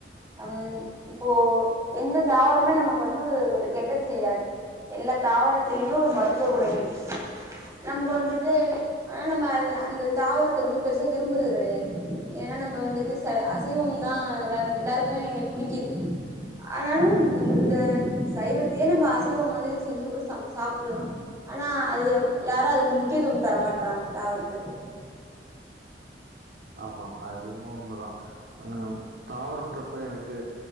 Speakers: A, on the right; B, on the right.
A: ஹம் இப்போ எந்த தாவரமே நமக்கு வந்து ஒரு கெட்டது செய்யாது எல்லா தாவரத்திலயுமே மருத்துவ குணம் இருக்கு நம்ம வந்துட்டு ஆனா நம்ம அந்த தாவரத்தை வந்து பெருசா விரும்புறது கெடையாது ஏன்னா நம்ம வந்துட்டு ச அசைவம் தான் எல்லாருமே எல்லாருக்குமே பிடிக்குது ஆனாலும் இந்த இந்த சைவத்தையே நம்ம அசைவம் மாதிரி செஞ்சு கூட சாப்பிடலாம் ஆனா அது யாரும் அதுக்கு முக்கியத்துவம் தர மாட்டறாங்க தாவரத்துக்கு
B: ஆமா அது என்னவோ உண்மைதான் அஹ் தாவரம்ன்றப்ப எனக்கு